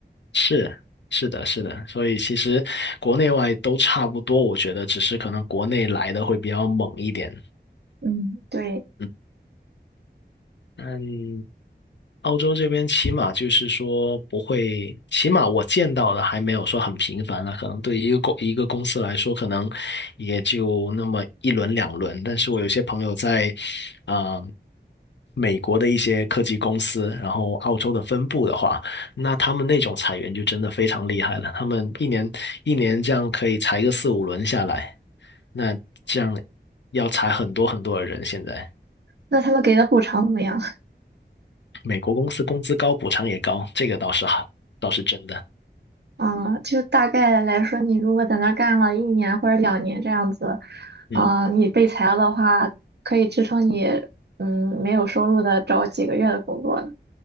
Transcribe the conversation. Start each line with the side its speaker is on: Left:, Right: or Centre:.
Left: 是是的，是的，所以其实国内外都差不多，我觉得只是可能国内来的会比较猛一点。
Right: 嗯，对。
Left: 嗯，嗯。澳洲这边起码就是说不会，起码我见到的还没有说很频繁了。可能对于一个公一个公司来说，可能也就那么一轮两轮。但是我有些朋友在啊、美国的一些科技公司，然后澳洲的分部的话，那他们那种裁员就真的非常厉害了。他们一年一年这样可以裁个四五轮下来，那这样要裁很多很多的人现在。
Right: 那他们给的补偿怎么样？<laughs>
Left: 美国公司工资高，补偿也高，这个倒是好，倒是真的。
Right: 啊、就大概来说，你如果在那儿干了一年或者两年这样子，
Left: 嗯，
Right: 啊、你被裁了的话，可以支撑你，嗯，没有收入的找几个月的工作呢。